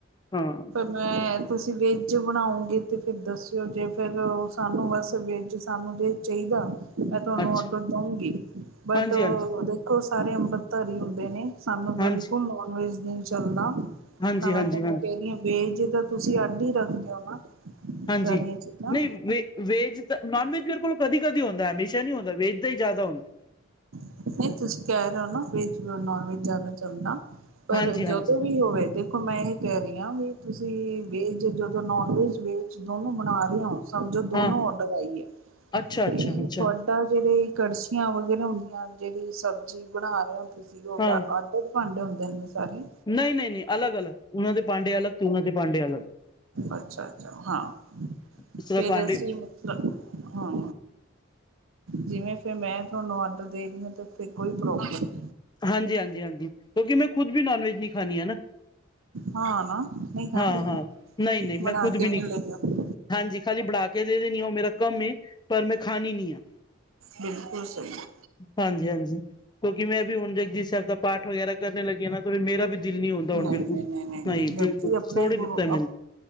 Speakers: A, on the left; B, on the right.
A: ਹਾਂ
B: ਮੈਂ ਤੁਸੀਂ ਵੇਜ ਬਣਾਓਗੇ ਤੇ ਫੇਰ ਦੱਸਿਓ ਜੇ ਫੇਰ ੳ ਸਾਨੂੰ ਬਸ ਵੇਜ ਸਾਨੂੰ ਜੇ ਚਾਹੀਦਾ ਮੈਂ ਤੁਹਾਨੂੰ
A: ਅੱਛਾ
B: ਔਡਰ ਦਊਂਗੀ, ਬਟ
A: ਹਾਂਜੀ ਹਾਂਜੀ
B: ਦੇਖੋ ਸਾਰੇ ਅੰਮ੍ਰਿਤਧਾਰੀ ਹੁੰਦੇ ਨੇ ਸਾਨੂੰ ਬਿਲਕੁਲ
A: ਹਾਂਜੀ
B: ਨੋਨ ਵੈਜ ਨਹੀਂ ਚੱਲਦਾ,
A: ਹਾਂਜੀ
B: ਤਾਂ
A: ਹਾਂਜੀ
B: ਮੈਂ ਤੁਹਾਨੂੰ
A: ਹਾਂਜੀ
B: ਕਹਿਣੀ ਆ ਵੇਜ ਤੁਸੀਂ ਅੱਢ ਹੀ ਰੱਖਦੇ ਹੋ ਨਾ
A: ਹਾਂਜੀ
B: ਸਾਰੀਆਂ ਚੀਜ਼ਾਂ
A: ਨਹੀਂ ਵੇ ਵੇਜ ਤਾਂ ਨੋਨ ਵੈਜ ਮੇਰੇ ਕੋਲ ਕਦੀ ਕਦੀ ਹੁੰਦਾ ਹਮੇਸ਼ਾ ਨਹੀਂ ਹੁੰਦਾ ਵੇਜ ਹੀ ਜ਼ਿਆਦਾ ਹੁੰਦਾ
B: ਨਹੀਂ ਤੁਸੀਂ ਕਹਿ ਰਹੇ ਹੋ ਨਾ, ਵੈਜ ਨੋਨ ਵੈਜ ਜ਼ਿਆਦਾ ਚੱਲਦਾ ਪਰ
A: ਹਾਂਜੀ ਹਾਂਜੀ
B: ਜਦੋਂ ਵੀ ਹੋਵੇ ਦੇਖੋ ਦੇਖੋ ਮੈਂ ਇਹ ਕਹਿ ਰਹੀ ਹਾਂ ਵੀ, ਤੁਸੀਂ ਵੇਜ ਜਦੋਂ ਨੋਨ ਵੇਜ ਵੇਜ ਦੋਨੋਂ ਬਣਾ ਰਹੇ ਹੋ ਸਮਝੋ ਦੋਨੋ
A: ਹਾਂ
B: ਔਡਰ ਆਈ ਹੈ,
A: ਅੱਛਾ
B: ਤੇ
A: ਅੱਛਾ ਅੱਛਾ
B: ਤੁਹਾ -ਡਾ ਜਿਹੜੇ ਕੜਛੀਆਂ ਵਗੈਰਾ ਹੁੰਦੀਆਂ, ਜਿਹੜੀ ਸਬਜ਼ੀ ਬਣਾ ਰਹੇ ਹੋ, ਤੁਸੀਂ ਉਹਦਾ
A: ਹਾਂ
B: ਬਹੁਤ ਭਾਂਡੇ ਹੁੰਦੇ ਨੇ ਇਣੇ ਸਾਰੇ
A: ਨਹੀਂ, ਨਹੀਂ, ਨਹੀਂ ਅਲਗ ਅਲਗ ਉਹਨਾਂ ਦੇ ਪਾਂਡੇ ਅਲਗ ਤੇ ਉਹਨਾਂ ਦੇ ਪਾਂਡੇ ਅਲਗ
B: ਅੱਛਾ- ਅੱਛਾ ਹਾਂ
A: ਇਸ ਤਰ੍ਹਾਂ
B: ਫਿਰ
A: ਭਾਂਡੇ
B: ਅਸੀਂ ਮਤਲਬ ਹਾਂ ਜਿਵੇਂ ਫੇਰ ਮੈਂ ਤੁਹਾਨੂੰ ਆਡਰ ਦੇ ਰਹੀ ਹਾਂ, ਤੇ ਫਿਰ ਕੋਈ ਪ੍ਰੋਬਲਮ ਨਹੀ
A: ਹਾਂਜੀ, ਹਾਂਜੀ, ਹਾਂਜੀ ਕਿਉਂਕਿ ਮੈਂ ਖੁਦ ਵੀ ਨੋਨ ਵੈਜ ਨੀ ਖਾਨੀ ਆ ਨਾ
B: ਹਾਂ ਨਾ ਨਹੀਂ ਖਾਂਦੇ
A: ਹਾਂ, ਹਾਂ ਨਹੀਂ, ਨਹੀਂ ਮੈਂ
B: ਬਣਾ
A: ਖੁਦ
B: ਕੇ
A: ਵੀ ਨਹੀਂ
B: ਲੈਂਦੇ ਹੋ
A: ਹਾਂਜੀ ਖਾਲੀ ਬਨਾ ਕੇ ਦੇ ਦੇਨੀ ਆ ਉਹ ਮੇਰਾ ਕੰਮ ਏ ਪਰ ਮੈਂ ਖਾਣੀ ਨੀ ਆ
B: ਬਿਲਕੁਲ ਸਹੀ ਹੈ
A: ਹਾਂਜੀ, ਹਾਂਜੀ ਕਿਉਂਕਿ ਮੈਂ ਵੀ ਹੁਣ ਜਪੁਜੀ ਸਾਹਿਬ ਦਾ ਪਾਠ ਵਗੈਰਾ ਕਰਨ ਲੱਗੀ ਹੈ ਨਾ ਫਿਰ ਮੇਰਾ ਵੀ ਦਿਲ ਨੀ ਹੌਂਦਾ ਹੁਣ
B: ਨਹੀਂ
A: ਬਿਲਕੁਲ
B: ਨਹੀਂ
A: ਨਹੀਂ
B: ਜਪਜੀ
A: ਬਿਲਕੁਲ
B: ਆਪਣਾ
A: ਛੌੜ ਹੀ
B: ਗੁਰੂ
A: ਦਿੱਤਾ ਮੈਨੂੰ